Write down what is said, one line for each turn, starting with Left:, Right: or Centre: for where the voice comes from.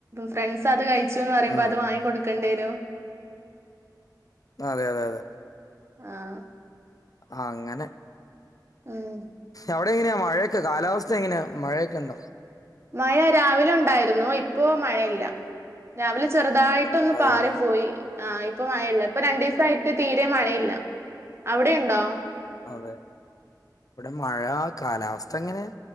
Right: ഫ്രണ്ട്സ് അത് കഴി ച്ചെന്നു പറയുമ്പോ
Left: ഉം
Right: അത് വാങ്ങി കൊടുക്കേണ്ടി വരും
Left: അതെ അതെ അതെ
Right: ആഹ്
Left: ആഹ് അങ്ങനെ
Right: ഉം
Left: അവിടെ എങ്ങനെയാ മഴയൊക്കെ കാലാവസ്ഥ എങ്ങനെയാ മഴയൊക്കെണ്ടോ
Right: മഴ രാവിലെ ഉണ്ടായിരുന്നു ഇപ്പോ മഴയില്ല രാവിലെ ചെറുതായി ട്ടൊന്ന്
Left: അതെല്ലേ
Right: പാറി പോയി ആഹ് ഇപ്പ മഴയില്ല ഇപ്പൊ രണ്ടു ദിസായിട്ട് തീരെ മഴയില്ല അവിടെ ഉണ്ടോ
Left: അതെ ഇവിടെ മഴ കാലാവസ്ഥ ഇങ്ങനെ